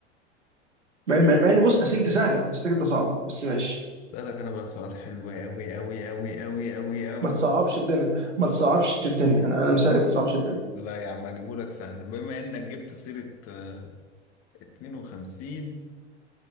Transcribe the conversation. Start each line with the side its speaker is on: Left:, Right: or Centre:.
Right: مع مع- مع ان بص اسئلتي سهله اسئلتك انت صعبه بس ماشي
Left: اسألك انا بقى سؤال حلو أوي أوي أوي أوي أوي أوي
Right: ما تصعبش الدنيا ما تصعبش الدنيا انا انا مساعد ما تصعبش الدنيا
Left: لا يا عم اجيبهولك سهل بما انك جبت سيرة آه، 52